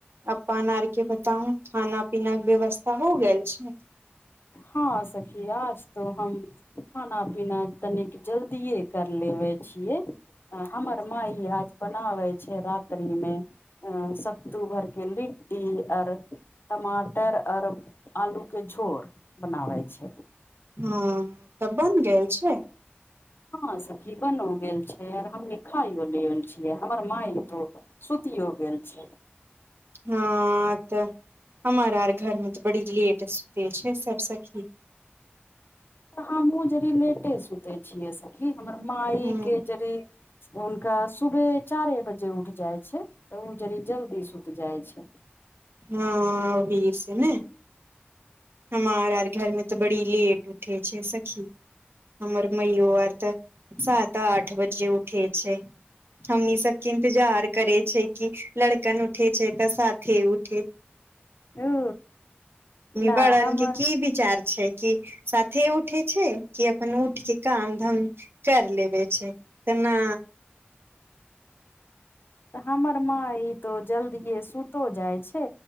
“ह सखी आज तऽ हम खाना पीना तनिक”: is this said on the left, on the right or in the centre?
Left